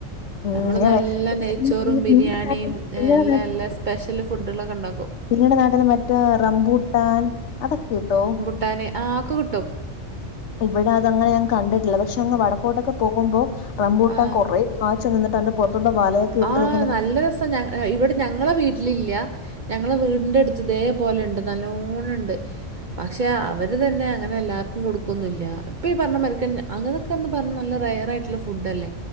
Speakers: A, on the left (about 65°); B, on the right (about 55°).
A: ഉം
B: നമ്മള്
A: ഞാൻ
B: നല്ല
A: വെ-
B: നെയ്ച്ചോറും
A: നി- നി-
B: ബിരിയാണിയും
A: നിങ്ങളുടെ നാട്ടിൽ നിങ്ങളുടെ
B: എല്ലാ എല്ലാ സ്പെഷ്യല് ഫുഡൊളൊക്കെ ഉണ്ടാക്കും
A: നിങ്ങടെ നാട്ടില് മറ്റേ റംബൂട്ടാൻ അതൊക്കെ കിട്ടോ
B: ട്ടാന് ആ ഒക്കെ കിട്ടും
A: ഇവിടെ അതങ്ങനെ ഞാങ്കണ്ടിട്ടില്ല പക്ഷെ അങ്ങ് വടക്കോട്ടൊക്കെ പോകുമ്പോ റംബൂട്ടാൻ
B: ആഹ്
A: കൊറേ കാച്ച് നിന്നിട്ടാന്റെ പൊറത്തോട്ട് വലയെക്കെ ഇട്ട്
B: ആഹ്
A: നിക്കുന്ന
B: നല്ല രസ ആഹ് ഇവിടെ ഞങ്ങളെ വീട്ടിലില്ല്യ ഞങ്ങളെ വീടിന്റടുത്ത് ഇതേ പോലെണ്ട് നല്ലോണണ്ട് പക്ഷെ അവര് തന്നെ അങ്ങനെ എല്ലാവർക്കും കൊടുക്കുവൊന്നുല്ല്യ ഇപ്പ ഈ പറഞ്ഞ മരക്ക അങ്ങനെയൊക്കെന്ന് പറഞ്ഞാൽ നല്ല റെയറായിട്ടുള്ള ഫുഡ് അല്ലേ